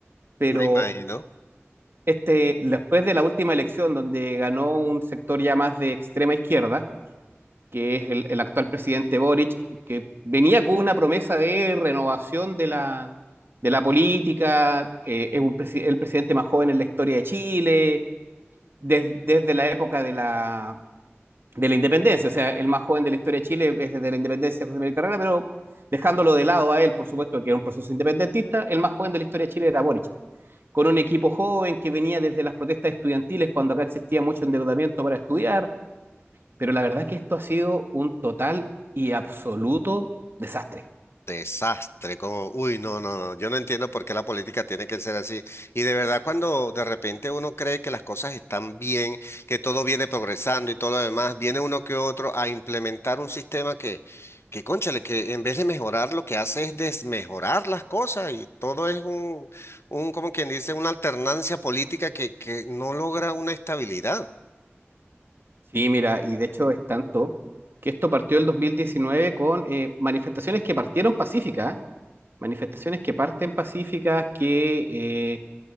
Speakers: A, on the right; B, on the left.
A: pero
B: me imagino.
A: este, después de la última elección donde ganó un sector ya más de extrema izquierda, que es el, el actual presidente Boric, que venía con una promesa de renovación de la, de la política, eh, es un presi- el presidente más joven en la historia de Chile, des- desde la época de la, de la independencia, o sea, el más joven de la historia de Chile es desde la independencia de José Miguel Carrera, pero dejándolo de lado a él, por supuesto, que era un proceso independentista, el más joven de la historia de Chile era Boric, con un equipo joven que venía desde las protestas estudiantiles cuando acá existía mucho endeudamiento para estudiar, pero la verdad que esto ha sido un total y absoluto desastre.
B: Desastre, como, uy, no, no, no, yo no entiendo por qué la política tiene que ser así. Y de verdad, cuando de repente uno cree que las cosas están bien, que todo viene progresando y todo lo demás, viene uno que otro a implementar un sistema que, que, cónchale, que en vez de mejorar lo que hace es desmejorar las cosas y todo es un, un como quien dice, una alternancia política que, que no logra una estabilidad.
A: Sí, mira, y de hecho es tanto que esto partió el 2019 con eh, manifestaciones que partieron pacíficas, manifestaciones que parten pacíficas, que eh,